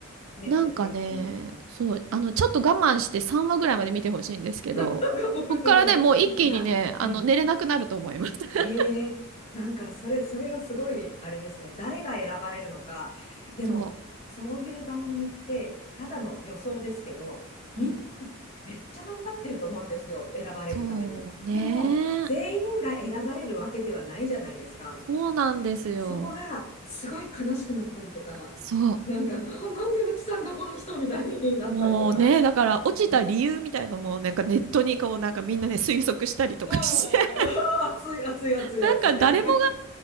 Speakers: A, on the left (about 30°); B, on the right (about 65°).
A: ネットフリックスの、
B: なんかね、
A: うん
B: そう、あの、ちょっと我慢して3話ぐらいまで見てほしいんですけど、
A: <laughs>
B: こっからね、
A: そう。
B: もう一気にね、
A: <laughs> いや、
B: あの、
A: うん。
B: 寝れなくなると思います。<laughs>
A: ええなんか、それ、それはすごい、あれですね。誰が選ばれるのか。でも、
B: そ
A: そういう番組って、ただの予想ですけど、みんな、
B: う。うん。
A: めっちゃ頑張ってると思うんですよ。選ばれるために。
B: そう、ね
A: でも、全員が選ばれるわけではないじゃないですか。
B: そうなんですよ。
A: そこが、すごい悲しくなったりとか、
B: そ
A: なんか、あ、なんで落ちたんだ、この人、みたいになったりとか。
B: う。もうね、だから落ちた理由みたいのも、
A: うん。
B: なんかネットにこう、なんかみんなね、推測したりとかして、
A: あ
B: <laughs>
A: あ、<laughs> 熱い、熱い、熱い、
B: なんか誰も
A: 熱い。